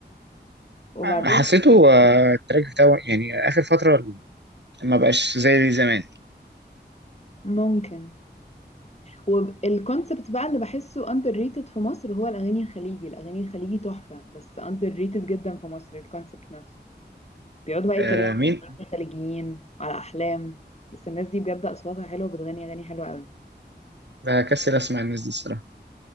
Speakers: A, on the left; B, on the right.
A: وبعدين
B: حسيته آه، التراك بتاعه يعني اخر فتره ما بقاش زي زمان
A: ممكن والكونسبت بقى اللي بحسه أندر ريتد في مصر هو الأغاني الخليجي الأغاني الخليجي تحفة بس أندر ريتد جدا في مصر الكونسبت نفسه بيقعدوا بقى
B: أه
A: يتريقوا
B: مين
A: على الخليجيين على أحلام بس الناس دي بجد أصواتها حلوة بتغني أغاني حلوة أوي
B: بكسل اسمع الناس دي الصراحه